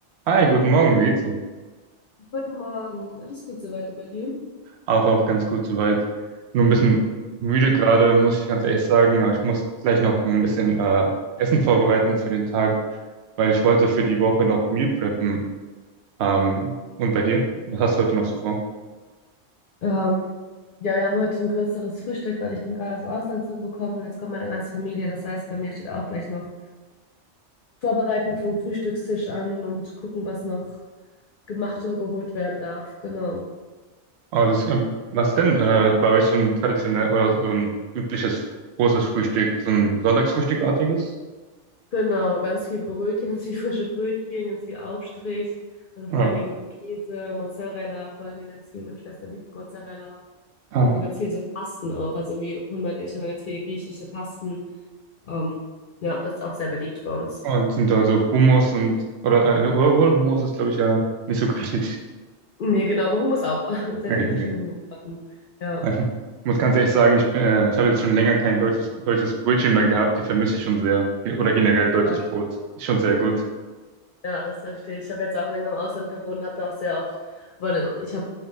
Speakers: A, on the right; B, on the left.
A: Hi, guten Morgen, wie geht's Ihnen?
B: Guten Morgen, alles gut soweit und bei dir?
A: Auch, auch ganz gut soweit. Nur ein bisschen müde gerade, muss ich ganz ehrlich sagen, aber ich muss gleich noch ein bisschen äh, Essen vorbereiten für den Tag, weil ich wollte für die Woche noch Meal preppen. Ähm, und bei dir? Was hast du heute noch so vor?
B: Ähm, ja, wir haben heute ein größeres Frühstück, weil ich bin gerade aus dem Ausland zurückgekommen und jetzt kommt meine ganze Familie. Das heißt, bei mir steht auch gleich noch Vorbereiten vom Frühstückstisch an und gucken, was noch gemacht und geholt werden darf. Genau.
A: Ah, das, ähm, was ist denn äh, bei euch so ein traditionell oder so ein übliches großes Frühstück, so ein Sonntagsfrühstückartiges?
B: Genau, ganz viel Brötchen, <laughs> ganz viel frische Brötchen, ganz viel Aufstrich. Also vor
A: Ja.
B: allen Dingen Käse, Mozzarella, vor allen Dingen ganz viel. Meine Schwester liebt Mozzarella.
A: Ah.
B: Und ganz viel so Pasten auch. Also wir holen meine Eltern ganz viele griechische Pasten. Ähm, ja, das ist auch sehr beliebt bei uns.
A: Und sind da so Hummus und oder, äh, oder wohl Hummus ist glaube ich ja nicht so <laughs> griechisch.
B: Nee, genau, aber Hummus auch. <laughs> Sehr
A: Okay,
B: viele verschiedene
A: okay.
B: Hummussorten. Ja,
A: okay. Ich muss ganz ehrlich sagen, ich, bin, äh, ich habe jetzt schon länger kein deutsches, deutsches Brötchen mehr gehabt. Die vermisse ich schon sehr. Ge- Oder generell deutsches
B: Gott.
A: Brot. Ist schon sehr gut.
B: ja, das verstehe ich. Ich habe jetzt auch länger im Ausland gewohnt, habe da auch sehr oft, aber ne, ich habe